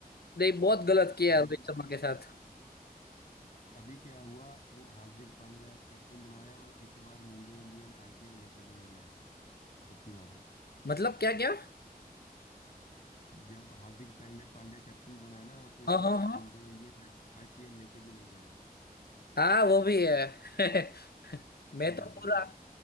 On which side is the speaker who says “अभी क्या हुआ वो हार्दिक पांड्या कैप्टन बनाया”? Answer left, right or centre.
Left